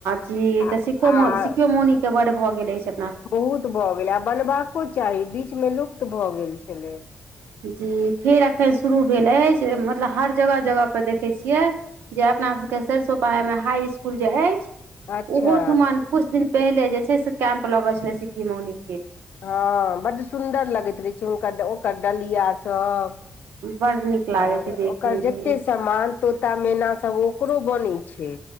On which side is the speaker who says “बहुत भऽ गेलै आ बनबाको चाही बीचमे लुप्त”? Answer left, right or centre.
Left